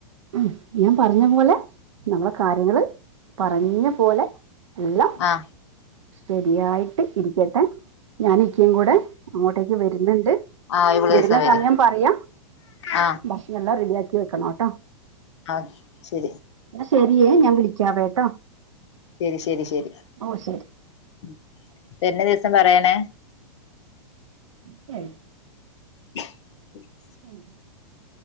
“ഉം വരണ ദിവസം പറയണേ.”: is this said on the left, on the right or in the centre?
Left